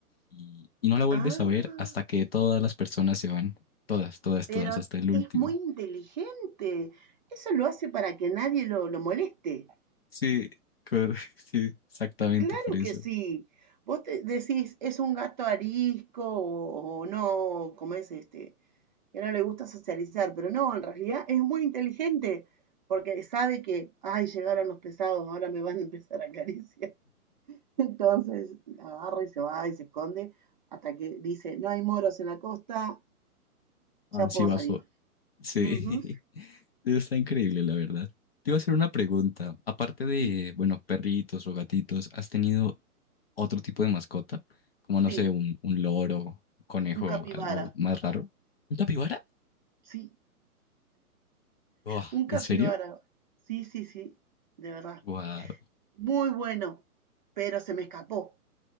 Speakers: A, on the left; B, on the right.
A: y, y no la vuelves
B: Ah,
A: a ver hasta que todas las personas se van. Todas, todas,
B: pero
A: todas, hasta el último.
B: es muy inteligente. Eso lo hace para que nadie lo, lo moleste.
A: Sí, cor- <laughs> sí, exactamente
B: Claro
A: por eso.
B: que sí. Vos te decís, es un gato arisco o, o no, como es este, que no le gusta socializar, pero no, en realidad es muy inteligente porque sabe que, ay, llegaron los pesados, ahora me van a empezar a acariciar. <laughs> Entonces agarra y se va y se esconde hasta que dice, no hay moros en la costa,
A: Ahora
B: ya
A: sí
B: puedo
A: bajo.
B: salir.
A: Sí,
B: Ujú,
A: <laughs> está increíble, la verdad. Te iba a hacer una pregunta. Aparte de,
B: sí,
A: bueno, perritos o gatitos, ¿has tenido otro tipo de mascota? Como, no
B: sí,
A: sé, un, un loro, un conejo,
B: un capibara,
A: algo más raro. ¿Un capibara?
B: sí,
A: Buah,
B: un
A: ¿en
B: capibara,
A: serio?
B: sí, sí, sí, de verdad.
A: Wow.
B: Muy bueno, pero se me escapó